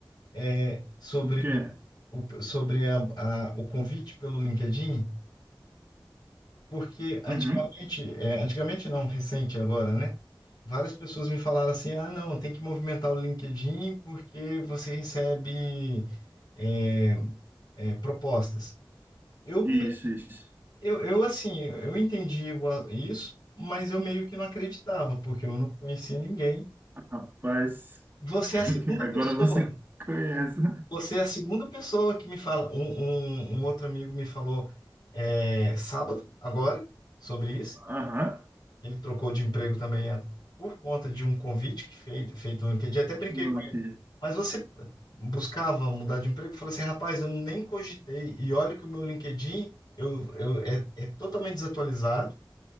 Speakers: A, on the left; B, on the right.
A: é sobre
B: O que é?
A: o, sobre a, a- o convite pelo LinkedIn. Porque antigamente,
B: Uhum.
A: é, antigamente não, recente agora, né? Várias pessoas me falaram assim: ah, não, tem que movimentar o LinkedIn porque você recebe é, é, propostas. Eu, me-
B: Isso, isso.
A: eu, eu, assim, eu entendi o a- isso, mas eu meio que não acreditava, porque eu não conhecia ninguém.
B: Rapaz,
A: Você
B: <laughs>
A: é a segunda
B: agora
A: pessoa,
B: você conhece.
A: você é a segunda pessoa que me fala. Um, um, um outro amigo me falou é, sábado, agora, sobre isso.
B: Aham,
A: Ele trocou de emprego também a- por conta de um convite que feito, feito no LinkedIn. Até brinquei
B: não
A: com
B: acredito.
A: ele. Mas você buscava mudar de emprego? Eu Falei assim, rapaz, eu nem cogitei. E olha que o meu LinkedIn eu, eu, é, é totalmente desatualizado.